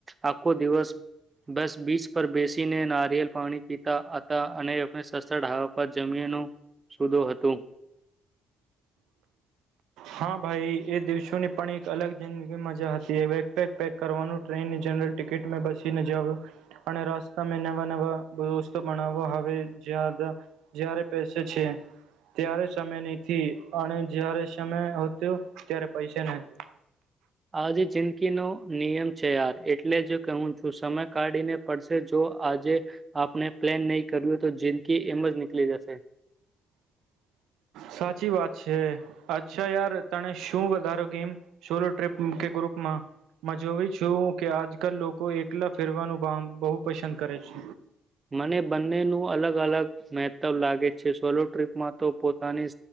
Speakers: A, on the right; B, on the right.
A: આખો દિવસ બસ બીચ પર બેસીને નારિયેલ પાણી પીતા હતા અનેને સસરાવા પર જમીનું સુદો હતું
B: હા ભાઈ એ દિવસોની પણ એક અલગ જિંદગી મજા હતી એ વગેગ પેક કરવાનું ટ્રેનની જનરલ ટિકિટ બસીને જવ અને રસ્તા મે નવા નવા રસ્ત બનાો હવે જ જ્યારે પેસે છે ત્યારે સમય નથી અને જ્યારે તમે હશે ત્યારે પૈસા નાખીએ
A: આજે જે કી નો નિયમ છે યાર એટલે જ હું છું સમય કાઢીને પડશે જો આજે આપણે પ્લેન નહી કર્યું તો જિંદગી એમ જ નીકળી જશે
B: સાચી વાત છે અચ્છા યાર તને શું વધારો ગેમ સોલો ટ્ર્રીપ કે ગ્રુપમાં જોયું છું કે આજકાલ લોકો એકલા ફેરવાનું બહુ પસંદ કરે છે
A: મને બંનેનું અલગ અલગ મહત્વ લાગે છે સોલો ટ્રીપમાં તો પો પોતાની